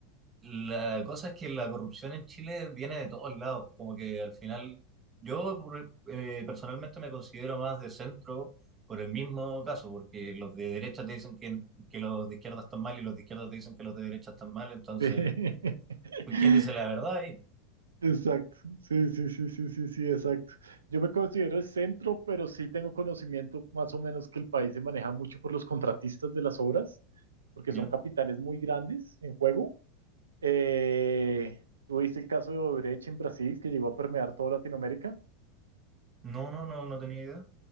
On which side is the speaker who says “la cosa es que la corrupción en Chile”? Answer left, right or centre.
Right